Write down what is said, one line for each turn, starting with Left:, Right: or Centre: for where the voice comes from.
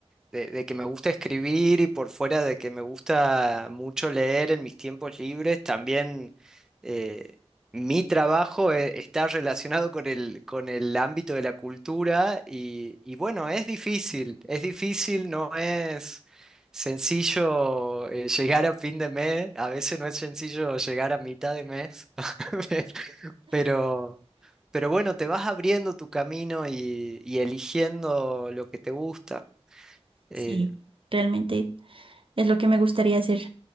Centre: de, de que me gusta escribir y por fuera de que me gusta mucho leer en mis tiempos libres, también eh, mi trabajo eh, está relacionado con el, con el ámbito de la cultura y, y bueno, es difícil, es difícil, no es sencillo eh, llegar a fin de mes, a veces no es sencillo llegar a mitad de mes, <laughs> pero... Pero bueno, te vas abriendo tu camino y, y eligiendo lo que te gusta. Eh,
Right: sí, realmente. Es lo que me gustaría hacer.